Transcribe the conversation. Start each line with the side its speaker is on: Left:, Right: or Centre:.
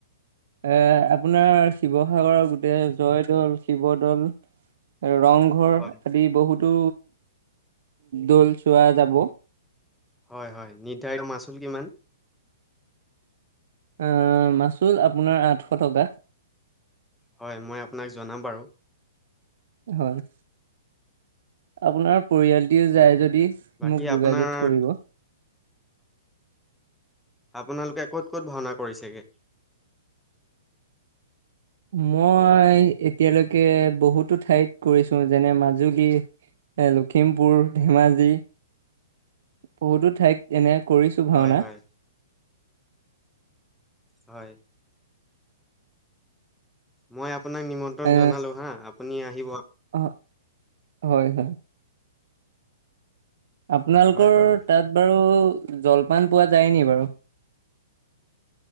Right: এ, আপোনাৰ শিৱসাগৰৰ গোটেই জয়দৌল, শিৱদৌল <unintelligible> ৰংঘৰ
Centre: হয়
Right: আদি বহুতো দৌল চোৱা যাব।
Centre: হয় হয়। নিৰ্ধাৰিত মাচুল কিমান?
Right: আ, মাচুল আপোনাৰ আঠশ টকা।
Centre: হয়, মই আপোনাক জনাম বাৰু।
Right: হয়। আপোনাৰ পৰিয়ালটি যায় যদি
Centre: বাকী
Right: মোক যোগাযোগ
Centre: আপোনাৰ
Right: কৰিব
Centre: আপোনালোকে ক'ত ক'ত ভাওঁনা কৰিছেগে?
Right: মই এতিয়ালৈকে বহুতো ঠাইত কৰিছোঁ যেনে মাজুলী। এ, লখিমপুৰ, ধেমাজি বহুতো ঠাইত এনে কৰিছোঁ
Centre: হয়
Right: ভাওঁনা।
Centre: হয় হয়। মই আপোনাক নিমন্ত্ৰণ
Right: এ
Centre: জনালোঁ হা, আপুনি আহিব।
Right: অ' হয় হয়। আপোনালোকৰ
Centre: হয় বাৰু।
Right: তাত বাৰু জলপান পোৱা যায় নি বাৰু?